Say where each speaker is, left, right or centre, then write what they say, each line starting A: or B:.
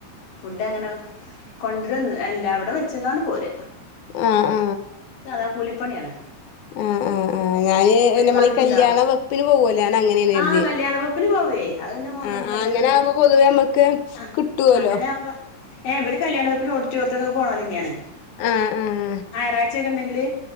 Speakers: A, on the left; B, on the left.
A: ഫുഡ് അങ്ങനെ കൊണ്ട് രോന്ന്ല്ല. എല്ലാവടെ വെച്ച്ട്ടാണ് പോരാ.
B: ആഹ് ആഹ്
A: അതാ കൂലിപ്പണ്യാണ്.
B: ആഹ് ആഹ് ആഹ് ഞാന് ഈ നമ്മള്
A: നാട്ടിലുണ്ടോ
B: ഈ കല്യാണം വെ പ്പിന് പോവൂല്ലേ? ഞാനങ്ങനെയാണ് കരുതിയേ.
A: ആഹ് കല്യാണ വെപ്പിന് പോവേ അതിന്റെ മൂത്ത
B: ആഹ്
A: മൂത്തച്ഛനും
B: അങ്ങനെ ആവുമ്പോ പൊതുവെ നമ്മക്ക്
A: ആഹ്
B: കിട്ടുവല്ലോ
A: അങ്ങനെ ആമ്പോ ഏഹ് ഇവര് കല്യാണവീട്ടിലും ഓഡിറ്റോറിയത്തിക്കും ഒക്കെ പോണോരന്നെയാണ്.
B: ആഹ് ആഹ്
A: ഞായറാ ച്ചക്കെണ്ടെങ്കില്